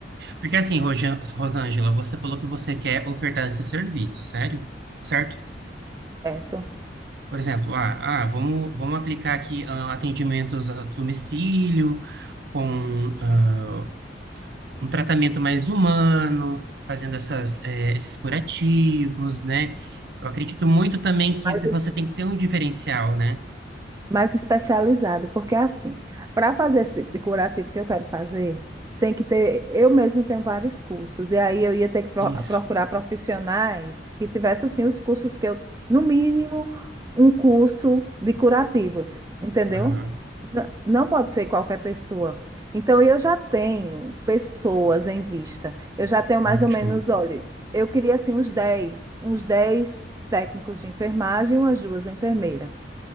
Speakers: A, on the right; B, on the right.
A: Porque assim, Rojan- Rosângela, você falou que você quer ofertar esse serviço, sério? Certo?
B: certo?
A: Por exemplo, ah, ah, vamos, vamos aplicar aqui ah, atendimentos a domicílio, com ah, um tratamento mais humano, fazendo essas, eh, esses curativos, né? Eu acredito muito também que
B: Mas
A: você tem que ter um diferencial, né?
B: mais especializada, porque é assim, para fazer esse tipo de curativo que eu quero fazer, tem que ter, eu mesma tenho vários cursos, e aí eu ia ter que pro-
A: Isso.
B: procurar profissionais que tivessem assim os cursos que eu, no mínimo, um curso de curativos, entendeu?
A: Aham,
B: N- Não pode ser qualquer pessoa. Então, eu já tenho pessoas em vista. Eu já tenho mais
A: ótimo.
B: ou menos, olha, eu queria assim uns dez, uns 10 técnicos de enfermagem e umas duas enfermeiras,